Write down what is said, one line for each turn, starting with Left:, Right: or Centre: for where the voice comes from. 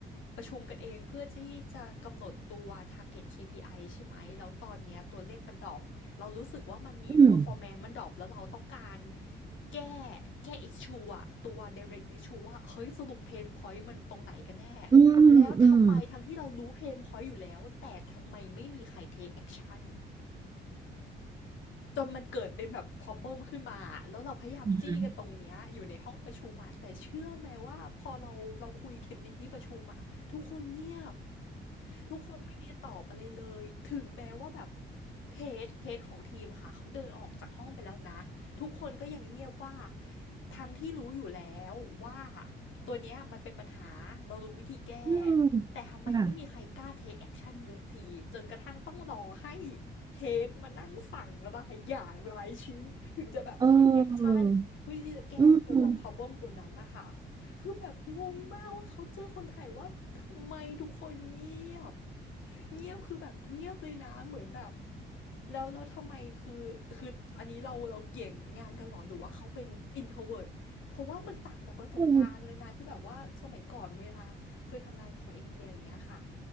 Left: ประชุมกันเองเพื่อที่จะกำหนดตัว target KPI ใช่ไหมแล้วตอนเนี้ยตัวเลขมันดรอปเรารู้สึกว่ามันมี
Right: อืม
Left: performance มันดรอปแล้วเราต้องการแก้แก้ issue อะตัว direct issue ว่าเฮ้ยสรุป pain point มันตรงไหนกันแน่
Right: อืมอืม
Left: แล้วทำไมทั้งที่เรารู้ pain point อยู่แล้วแต่ทำไมไม่มีใคร take action จนมันเกิดเป็นแบบ problem ขึ้นมา แล้วเราพยายามจี้กันตรงเนี้ยอยู่ในห้องประชุมอะแต่เชื่อไหมว่าพอเราเราคุยกันในที่ประชุมอะทุกคนเงียบ
Right: อืม
Left: ทุกคนไม่มีตอบอะไรเลย ถึงแม้ว่าแบบ h ฮดเ h ดของทีมค่ะเขาเดินออกจากห้องไปแล้วนะ ทุกคนก็ยังเงียบว่าทั้งที่รู้อยู่แล้วว่าตัวเนี้ยมันเป็นปัญหาเรารู้วิธีแก้
Right: อืม
Left: แต่ทำไมไม่มีใครกล้า
Right: ค่ะ
Left: take action สักทีจนกระทั่งต้องรอให้ เฮดมานั่งสั่งรายอย่างรายชิ้นถึงจะแบบ
Right: เออ
Left: take action เพื่อที่จะแก้ตัว
Right: อืมอืม
Left: problem ตัวนั้นนะคะคือแบบงงมากว่าเขาเจอคนไทยว่าทำไมทุกคนเงียบเงียบคือแบบเงียบเลยนะเหมือนแบบแล้วแล้วทำไมคือคืออันนี้เราเราเกี่ยงงานกันเหรอหรือว่าเขาเป็น introvert เพราะว่ามันต่างจากประสบการณ์เลยนะที่แบบว่าสมัยก่อนเวลาเคยทำงานกับคนอินเดียอย่างเงี้ยค่ะ
Right: อืม